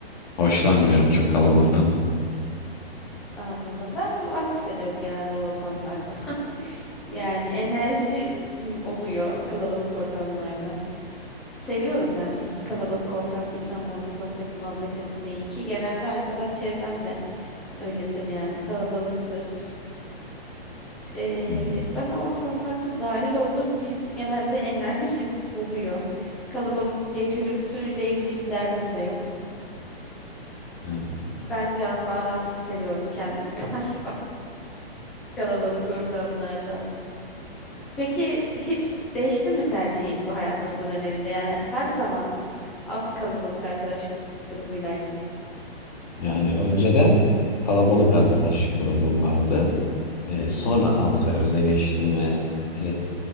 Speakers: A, on the left (about 40°); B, in the centre.
A: Hoşlanmıyorum çok kalabalıktan.
B: anladım. Ben rahat hissediyorum genelde o ortamlarda. <laughs> Yani enerji mm, oluyor kalabalık ortamlarda. Seviyorum ben ins- kalabalık ortam insanlarla sohbet muhabbet etmeyi ki genelde arkadaş çevrem de öyledir yani kalabalıktır. Ee,
A: Hmm.
B: ben ortamlarda dahil olduğum için genelde <laughs> enerjim oluyor. Kalabalık ya gürültüyle ilgili bir derdim de yok.
A: Ee,
B: Ben biraz daha rahat hissediyorum kendimi <laughs> galiba kalabalık ortamlarda. Peki hiç değişti mi tercihin bu hayatının bu döneminde? Yani her zaman mı az kalabalık arkadaş grubuylaydın?
A: Yani önceden kalabalık arkadaş grubum vardı. Ee,
B: Hmm.
A: sonra az ve öze geçtim ve e,